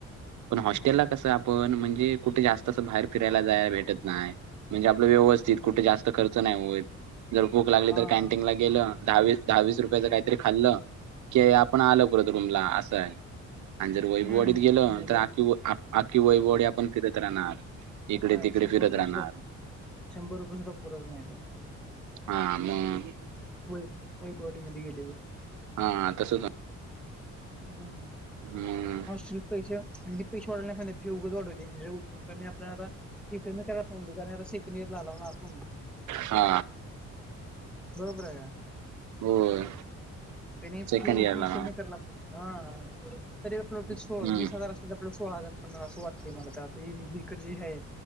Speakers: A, on the right; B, in the centre.
A: पण हॉस्टेलला
B: हं, हं.
A: कसं आपण म्हणजे कुठे जास्त असं बाहेर. फिरायला जायला भेटत नाही, म्हणजे आपलं व्यवस्थित कुठे जास्त खर्च नाही होईल. जर भूक लाली
B: हां.
A: तर कॅनटीन लाग गेलं दहावीस दहावीस रुपयाच काहीतरी खाल्लं की आपण आलं परत रूमला असं आहे. आणि जर वैभवडीत
B: हं,
A: गेल
B: तसं बरोबर
A: तर
B: आहे.
A: आखी आखी वैभवडी आपण फिरत राहणार. इकडे
B: काय
A: तिकडे
B: शंभर
A: फिरत
B: रुपये
A: राहणार
B: सुद्धा शंभर रुपये सुद्धा पुरच नाहीत.
A: हा मग.
B: वय वैभववाडी मध्ये गेलेवर
A: हा तसच
B: हम्म
A: हम्म.
B: ह पैसे पैसेडला <unintelligible> कमी आपल्याला आता फ कमी करा पिकणी आता शेकणीर लालाव ना आपण
A: हा
B: बरोबर आहे या.
A: होय
B: त्यानी
A: सेकंड
B: क्यू
A: इयरला
B: उटून कमी कराला पाहिजे हा तरी आपल्या सोळा
A: हम्म
B: वीस हजार असल तर आपला सोळा हजार पन्ना असं वाटत मला तर हीक जी आहे.